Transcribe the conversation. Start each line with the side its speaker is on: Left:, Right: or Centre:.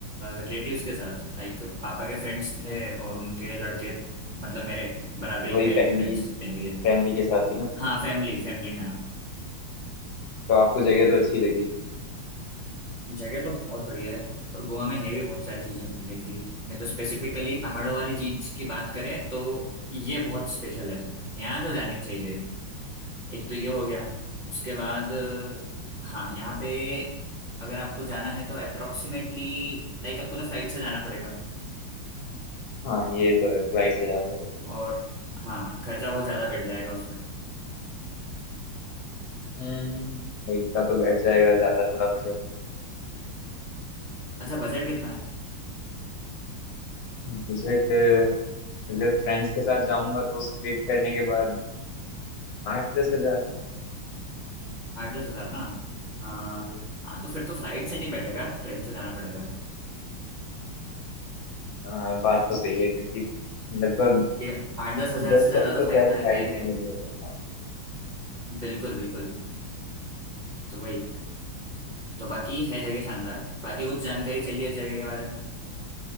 Right: रिलेटिव्स के साथ लाइक पापा के फ्रेंड्स थे और उनके लड़के मतलब मेरे बराबरी
Left: वही
Right: के मेरे
Left: फैमिली
Right: भी फ्रेंड्स जितने भी हैं
Left: फैमिली के साथ ही ना
Right: हाँ फैमिली फैमिली हाँ
Left: तो आपको जगह तो अच्छी लगी
Right: जगह तो बहुत बढ़िया है और गोवा में है भी बहुत सारी चीजें घूमने की नहीं तो स्पेसिफिकली पहाड़ों वाली चीज की बात करें तो ये बहुत स्पेशल है यहाँ तो जानी चाहिए एक तो ये हो गया उसके बाद अ, हाँ यहाँ पे अगर आपको जाना है तो अप्रोक्सीमेटली लाइक आपको तो फ्लाइट से जाना पड़ेगा
Left: हाँ ये तो है फ्लाइट से जाना पड़ेगा
Right: और हाँ खर्चा बहुत ज़्यादा बैठ जाएगा उसमें
Left: हम्म तो इतना तो बैठ जाएगा ज्यादा थोड़ा बजट
Right: अच्छा बजट कितना है
Left: बजट अगर फ्रेंड्स के साथ जाऊंगा तो स्प्लिट करने के बाद आठ दस हजार
Right: आठ दस हज़ार ना हाँ
Left: हम्म।
Right: हाँ तो फिर तो फ्लाइट से नहीं बैठेगा ट्रेन से जाना पड़ेगा
Left: हाँ बात तो सही है क्योंकि लगभग
Right: ये आठ दस हज़ार
Left: दस
Right: से
Left: हजार
Right: ज़्यादा तो
Left: तो शायद
Right: फ्लाइट में लग
Left: फ्लाइट
Right: जाएंगे
Left: में ही लग जाएगा हाँ
Right: बिल्कुल बिल्कुल तो वही तो बाकी है जगह शानदार बाकी कुछ जानकारी चाहिए इस जगह के बारे में